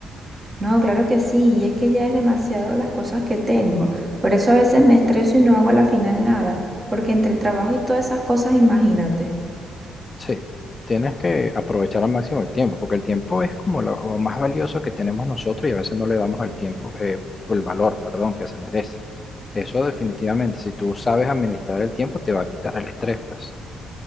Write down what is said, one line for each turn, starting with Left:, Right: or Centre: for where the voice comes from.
Right: No, claro que sí, y es que ya es demasiado las cosas que tengo. Por eso a veces me estreso y no hago a la final nada, porque entre el trabajo y todas esas cosas, imagínate.
Left: Sí, tienes que aprovechar al máximo el tiempo, porque el tiempo es como lo, lo más valioso que tenemos nosotros y a veces no le damos al tiempo, eh, el valor, perdón, que se merece. Eso definitivamente, si tú sabes administrar el tiempo, te va a quitar el estrés, pues.